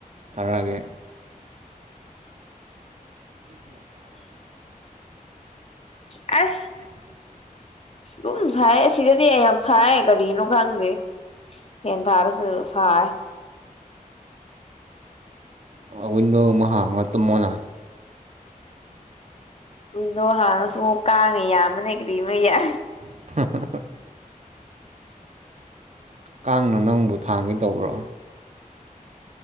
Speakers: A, on the right; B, on the left.
A: ꯇꯔꯒꯦ꯫
B: ꯑ
A: ꯑꯁ꯫
B: ꯑꯗꯨꯝ ꯁꯥꯏꯌꯦ ꯁꯤꯗꯗꯤ ꯑꯩ ꯌꯥꯝ ꯁꯥꯏꯌꯦ ꯀꯔꯤꯅꯣ ꯈꯪꯗꯦ꯫ ꯐꯦꯟ ꯊꯥꯔꯁꯨ ꯁꯥꯏ꯫
A: ꯑꯥ ꯋꯤꯟꯗꯣꯒꯨꯝꯕ ꯍꯥꯡꯉꯥ ꯇꯨꯝ ꯃꯣꯅ꯫
B: ꯋꯤꯟꯗꯣ ꯍꯥꯡꯉꯁꯨ ꯀꯥꯡꯅ ꯌꯥꯝꯕꯅꯦ ꯀ꯭ꯔꯤꯃ ꯌꯥ
A: <unintelligible> ꯀꯥꯡꯅ ꯅꯪꯕꯨ ꯊꯥꯡꯒꯦ ꯇꯧꯕ꯭ꯔꯣ꯫